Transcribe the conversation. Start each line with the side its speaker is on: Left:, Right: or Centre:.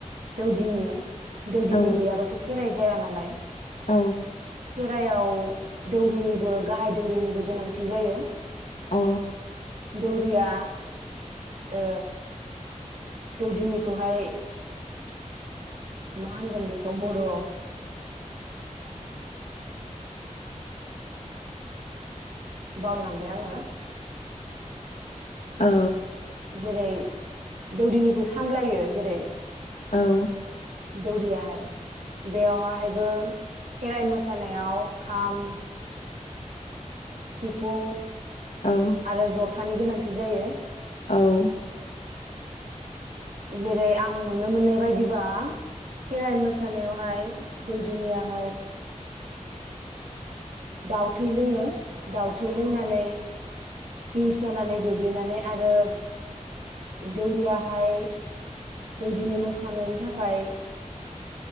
Right: दौदिनि। दौदिनि
Left: औ
Right: गैयाबाथ' खेराइ जाया नालाय
Left: औ।
Right: खेरायाव दौरिनिबो गाहाय दौरिनिबो गोनांथि जायो।
Left: औ।
Right: दौरिया ओ दौदिनिखौहाय मा होनगोन बेखौ बर'आव बावलांबाय आङो।
Left: औ।
Right: जेरै दौदिनिखौ सामलायो जेरै
Left: औ
Right: दौरियाहाय बेयावहायबो खेराइ मोस सानायाव खाम सिफुं
Left: औ
Right: आरो जथ थानि गोनांथि जायो।
Left: औ
Right: जेरै आं नुनो मोननाय बायदिबा खेराइ मोसानायावहाय दौदिनियाहाय। दाउ थै लोङो दाउ थै लोंनानै पिउस जानानै गोग्लैनानै आरो दौरियाहाय दौदिनि मोसानायनि थाखाय